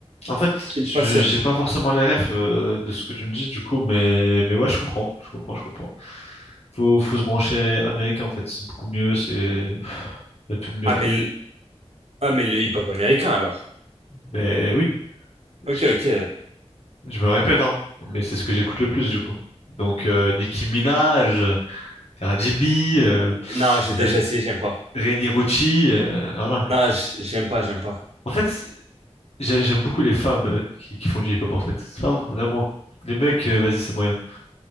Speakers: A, on the left; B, on the right.
A: en fait,
B: qui
A: je-
B: me passionnent.
A: j'ai pas forcément les refs euh, de ce que tu me dis du coup, mais mais ouais, je comprends, je comprends, je comprends. Faut faut se brancher américain en fait, c'est beaucoup mieux, c'est y a tout de mieux
B: Ah,
A: en fait.
B: mais le, ah, mais le hip-hop américain alors.
A: Mais oui,
B: Ok,
A: je, te-
B: ok.
A: je me répète hein, mais c'est ce que j'écoute le plus du coup. Donc euh, Nicki Minaj. Jimmy, euh,
B: Non, j'ai déjà
A: Re-
B: essayé, j'aime pas.
A: Reni Rucci, euh, voilà.
B: Non, j- j'aime pas, j'aime pas.
A: En fait, c'est- j'ai- j'aime beaucoup les femmes euh, qui, qui font du hip-hop, en fait. C'est pas vraiment... Les mecs, euh, vas-y, c'est moyen.